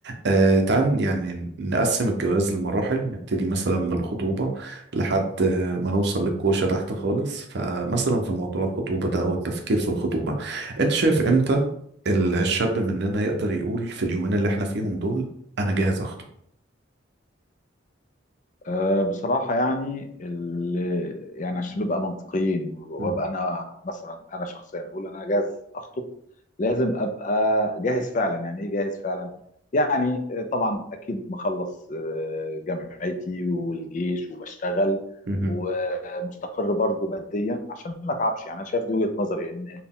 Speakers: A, on the right; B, on the left.
A: آه، تعال يعني نقسم الجواز لمراحل نبتدي مثلا من الخطوبة لحد آه، ما نوصل للكوشة تحت خالص فمثلا في موضوع الخطوبة ده أو التفكير في الخطوبة انت شايف امتى ال- الشاب مننا يقدر يقول في اليومين اللي احنا فيهم دول انا جاهز اخطب
B: أه بصراحة يعني ال- يعني عشان نبقى منطقيين وابقى
A: مم.
B: أنا مثلا أنا شخصيا أقول أنا جاهز أخطب لازم أبقى جاهز فعلا يعني إيه جاهز فعلا؟ يعني آه، طبعا أكيد مخلص آه، جامعتي والجيش وبشتغل
A: مهم.
B: ومستقر برضو ماديا عشان ما أتعبش يعني أنا شايف دي وجهة نظري إن